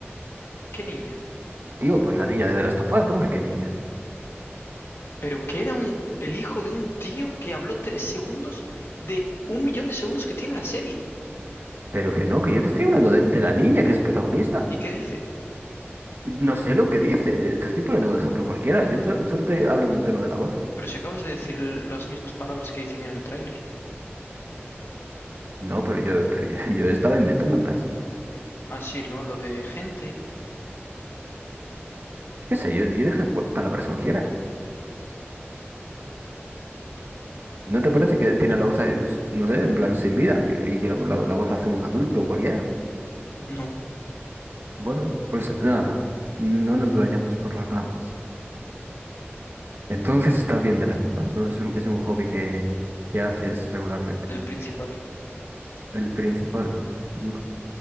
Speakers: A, on the left; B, on the right.
A: ¿Qué niña?
B: Digo, pues la niña de The Last of Us, ¿cómo que qué niña?
A: Pero que era un, el hijo de un tío que habló tres segundos de un millón de segundos que tiene la serie.
B: Pero que no, que yo te estoy hablando de, de la niña que es protagonista.
A: ¿Y qué dice?
B: No sé lo que dice, eh, te estoy poniendo un ejemplo cualquiera, yo so- solo te hablo del tono de la voz.
A: Pero si acabas de decir l- las mismas palabras que dicen en el tráiler.
B: No, pero yo, pero yo, <laughs> yo estaba inventándomelas.
A: Ah, sí, ¿no? Lo de gente.
B: Qué sé, yo, yo dije cu- palabras cualquiera. ¿No te parece que tiene la voz, ahí, s- no sé, en plan sin vida, que- y que la, la la voz hace un adulto cualquiera?
A: No,
B: Bueno, pues nada, no nos vayamos por las ramas. Entonces está bien de Last of Us, ¿no? Es un, es un hobby que, que haces regularmente.
A: el principal.
B: El principal, duro.